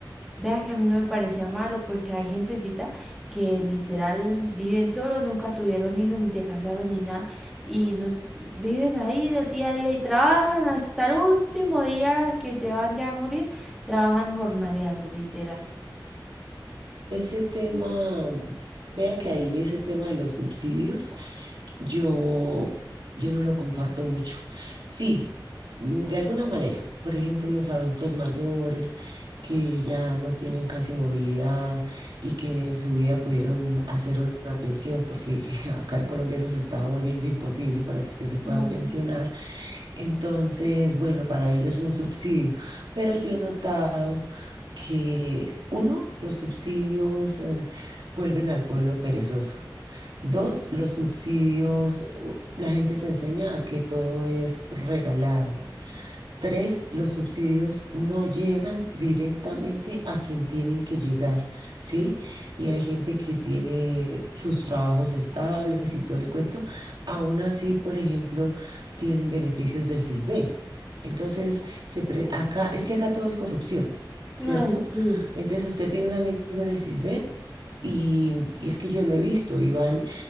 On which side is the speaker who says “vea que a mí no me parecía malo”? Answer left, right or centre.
Centre